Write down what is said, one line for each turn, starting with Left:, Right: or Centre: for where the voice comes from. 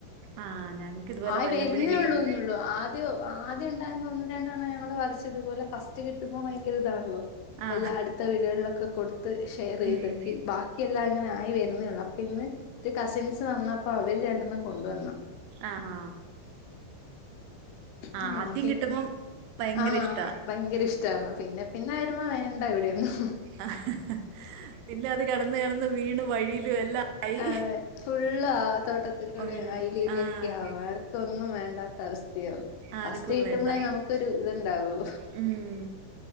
Right: ആ ഞങ്ങൾക്ക് ഇതുപോലെ
Left: ആയി
Right: വല്ലപ്പോഴും
Left: വരുന്നേ
Right: കിട്ടുന്നു
Left: ഉള്ളൂന്നേള്ളു ആദ്യ ആദ്യം ഉണ്ടായിരുന്ന ഒന്ന രണ്ടെണ്ണം ഞങ്ങൾ വരച്ചതുപലെ ഫസ്റ്റ് കിട്ടുമ്പോൾ ഭയങ്കര ഇതാണല്ലോ?
Right: ആ
Left: എല്ലാ അടുത്ത വീടുകളിലൊക്കെ കൊടുത്ത് ഷെയർ ചെയ്തക്കി
Right: ഉം
Left: ബാക്കി എല്ലാം ഞ ആയി വരുന്നേള്ളൂ അപ്പൊ ഇന്ന് ഒരു കസിൻസ് വന്നപ്പോ അവര് രണ്ടെണ്ണം കൊണ്ടുവന്ന
Right: ആഹ ആ ആഹ് ആഹ്
Left: അങ്ങനെ
Right: ആദ്യം കിട്ടുമ്പം ഭയങ്കര
Left: ആഹ
Right: ഇഷ്ടാ
Left: ഭയങ്കര ഇഷ്ടാണ് പിന്നെ പിന്നെ മ വേണ്ട ഇവിടെയൊന്നും.
Right: ഹ ഹ പിന്നെ അത് കിടന്ന് കിടന്ന് വീണ് വഴിയിലും എല്ലാം ആയി
Left: അതെ ഫുൾ ആ തോട്ടത്തിൽ കൂടെ
Right: ഒയ്യോ
Left: അയിലിലൊക്കെ
Right: ആഹ്
Left: ആവും.. ആർക്കൊന്നും വേണ്ട വല്ലാത്ത അവസ്ഥയാ
Right: ആർക്കും
Left: ഫസ്റ്റ് കിട്ടുമ്പോളേ
Right: വേണ്ട
Left: നമുക്ക് ഒരു ഇത്ണ്ടാവുള്ളൂ
Right: ഉം